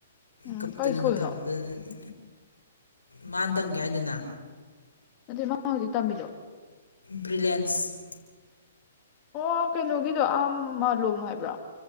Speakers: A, on the left; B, on the left.
A: ꯎꯝ
B: ꯀꯞꯇꯅꯒ
A: ꯀꯩ ꯁ꯭ꯀꯨꯜꯅꯣ
B: ꯇꯧꯔꯛꯄꯗꯨꯗꯗꯤ ꯃꯥꯅ ꯇꯝꯒꯦ ꯍꯥꯏꯗꯨꯅ
A: ꯑꯗꯨ ꯃꯥ ꯍꯥꯎꯖꯤꯛ ꯇꯝꯃꯤꯗꫭ
B: ꯕ꯭ꯔꯤꯂꯦꯟꯁ
A: ꯑꯣ ꯀꯩꯅꯣꯒꯤꯗꯣ ꯑꯥ ꯃꯥꯂꯣꯝ ꯍꯥꯏꯕ꯭ꯔꯥ